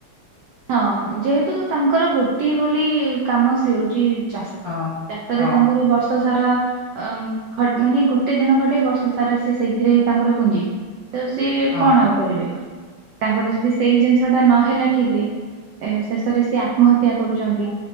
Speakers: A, on the right; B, on the left.
A: ହଁ ଯେହେତୁ ତାଙ୍କର ଗୋଟିଏ ବୋଲି କାମ ସେ ହଉଚି ଚାଷ
B: ହଁ।
A: ଚାଷରେ
B: ହଁ
A: ତାଙ୍କର ବର୍ଷ ବର୍ଷ ସାରା ମାନେ ଗୋଟେ ଦିନ ଖଟେ ବର୍ଷ ସାରା ସେ ସେଇଥିରେ ତାଙ୍କର ପୁଞ୍ଜି। ତ ସିଏ
B: ହଁ
A: କଣ ଆଉ କରିବେ ତାଙ୍କର ଯଦି ସେଇ ଜିନିଷ ଟା ନହେଲା ଠିକ ରେ ଶେଷରେ ସିଏ ଆତ୍ମହତ୍ୟା କରୁଛନ୍ତି